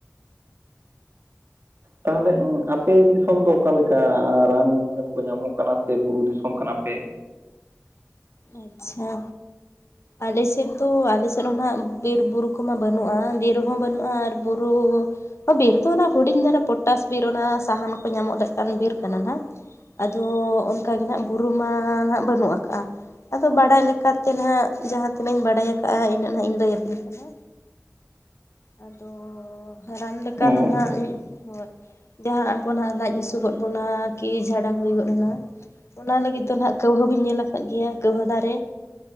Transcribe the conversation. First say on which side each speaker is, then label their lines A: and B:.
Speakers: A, on the right; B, on the left.
A: ᱛᱟᱦᱚᱞᱮ ᱟᱯᱮ ᱫᱤᱥᱚᱢ ᱫᱚ ᱚᱠᱟᱞᱮᱠᱟ ᱨᱟᱱ ᱢᱩᱨᱜᱟᱹᱱ ᱠᱚ ᱧᱟᱢᱚᱜ ᱠᱟᱱᱟ ᱥᱮ ᱵᱩᱨᱩ ᱫᱤᱥᱚᱢ ᱠᱟᱱᱟ ᱯᱮ
B: ᱟᱪᱪᱷᱟ ᱟᱞᱮᱥᱮᱫ ᱫᱚ ᱟᱞᱮᱥᱮᱫ ᱦᱚᱸ ᱱᱟᱦᱟᱜ ᱵᱤᱨᱵᱩᱨᱩ ᱠᱚᱢᱟ ᱵᱟᱹᱱᱩᱜᱼᱟ ᱵᱤᱨᱦᱚᱸ ᱵᱟᱹᱱᱩᱜᱼᱟ ᱟᱨ ᱵᱩᱨᱩ ᱵᱤᱨ ᱫᱚ ᱚᱱᱟ ᱦᱩᱰᱤᱧ ᱫᱷᱟᱨᱟ ᱯᱚᱴᱟᱥ ᱵᱤᱨ ᱚᱱᱟ ᱥᱟᱦᱟᱱ ᱠᱚ ᱧᱟᱢᱚᱜ ᱞᱮᱠᱟᱱ ᱵᱤᱨ ᱠᱟᱱᱟ ᱱᱟᱦᱟᱜ ᱟᱫᱚ ᱚᱱᱠᱟ ᱜᱮ ᱱᱟᱦᱟᱜ ᱵᱩᱨᱩᱢᱟ ᱱᱟᱦᱟᱜ ᱵᱟᱹᱱᱩᱜ ᱟᱠᱟᱜᱼᱟ ᱟᱫᱚ ᱵᱟᱲᱟᱭ ᱞᱮᱠᱟᱛᱮ ᱱᱟᱦᱟᱜ ᱡᱟᱦᱟᱸ ᱛᱤᱱᱟᱹᱜ ᱤᱧ ᱵᱟᱲᱟᱭ ᱠᱟᱜᱼᱟ ᱤᱱᱟᱹᱜ ᱦᱟᱸᱜ ᱤᱧ ᱞᱟᱹᱭ ᱟᱵᱤᱱ ᱠᱟᱱᱟ ᱟᱫᱚ ᱨᱟᱱ ᱞᱮᱠᱟ
A: ᱚ
B: ᱫᱚ ᱱᱟᱦᱟᱜ ᱦᱳᱭ ᱡᱟᱦᱟᱸ ᱟᱵᱚᱱᱟᱜ ᱞᱟᱡ ᱦᱟᱹᱥᱩ ᱜᱚᱫ ᱵᱚᱱᱟ ᱠᱤ ᱡᱷᱟᱰᱟ ᱦᱩᱭ ᱜᱚᱫ ᱮᱱᱟ ᱚᱱᱟ ᱞᱟᱹᱜᱤᱫ ᱫᱚ ᱦᱟᱜ ᱠᱟᱹᱣᱦᱟᱹ ᱵᱤᱱ ᱧᱮᱞ ᱟᱠᱟᱫ ᱜᱮᱭᱟ ᱠᱟᱹᱣᱦᱟᱹ ᱫᱟᱨᱮ